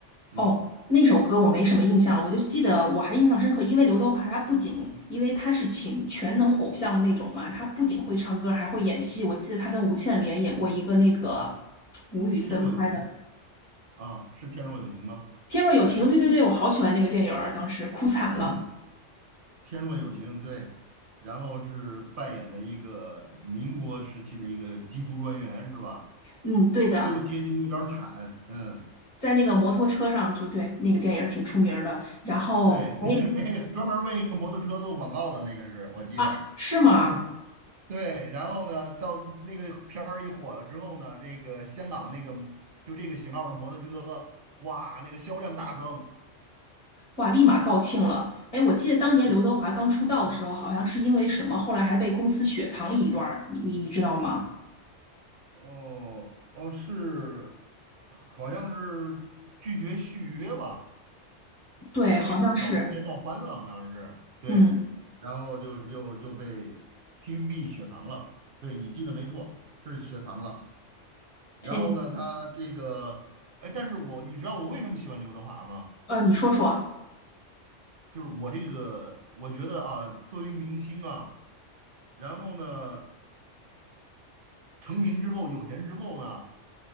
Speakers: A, on the right (about 55°); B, on the left (about 25°).
A: 嗯，
B: 哦，那首歌我没什么印象了，我就记得我还印象深刻，因为刘德华他不仅因为他是请全能偶像的那种嘛，他不仅会唱歌还会演戏。我记得他跟吴倩莲演过一个那个吴宇森拍的。
A: 《天若有情》啊，是《天若有情》吗？
B: 天若有情，对对对，我好喜欢那个电影儿，当时哭惨了。
A: 嗯，天若有情，对，然后是扮演的一个民国时期的一个缉毒专员，是吧？
B: 嗯，对的，
A: 最后结局有点儿惨，嗯，
B: 在那个摩托车上，就对，那个电影儿挺出名儿的。然后，
A: 对，<laughs>
B: 哎
A: 那专门儿为那个摩托车做广告的那个是我记得，
B: 啊，是吗？
A: 嗯，对，然后呢，到那个片儿一火了之后呢，这个香港那个就这个型号的摩托车，哇，那个销量大增，
B: 哇，立马告罄了。哎，我记得当年刘德华刚出道的时候，
A: 对，嗯，
B: 好像是因为什么，后来还被公司雪藏了一段儿，你你你知道吗？
A: 哦哦是，好像是拒绝续约吧。
B: 对，
A: 因为跟老中介闹翻了，
B: 好像是。
A: 好像是，对，
B: 嗯，
A: 然后就就就被 TVB 雪藏了，对你记得没错，是雪藏了。然后呢，
B: 哎，
A: 他这个，哎，但是我你知道我为什么喜欢刘德华吗？
B: 呃，你说说。
A: 就是我这个，我觉得啊，作为明星啊，然后呢，成名之后有钱之后呢，